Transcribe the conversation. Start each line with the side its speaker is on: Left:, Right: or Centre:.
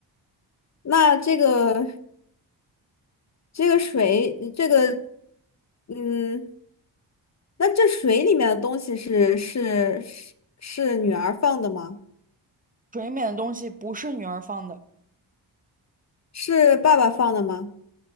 Left: 那这个这个水，这个嗯，那这水里面的东西是是是是女儿放的吗？
Right: 水里面的东西不是女儿放的，
Left: 是爸爸放的吗？